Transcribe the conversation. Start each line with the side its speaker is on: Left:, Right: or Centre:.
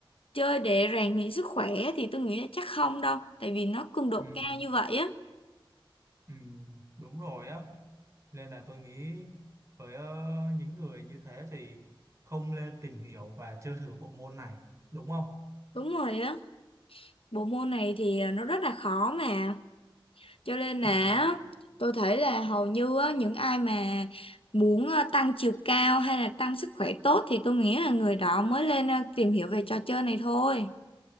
Left: chơi để rèn luyện sức khỏe thì tôi nghĩ là chắc không đâu tại vì nó cường độ
Right: ừ,
Left: cao như vậy á
Right: ừ, đúng rồi á nên là tôi nghĩ với ờ, những người như thế thì không nên tìm hiểu và chơi thử bộ môn này đúng không
Left: đúng rồi á bộ môn này thì à, nó rất là khó mà Cho nên
Right: ừ.
Left: là á, tôi thấy là hầu như á, những ai mà muốn ờ, tăng chiều cao hay là tăng sức khỏe tốt thì tôi nghĩ là người đó mới lên ờ, tìm hiểu về trò chơi này thôi.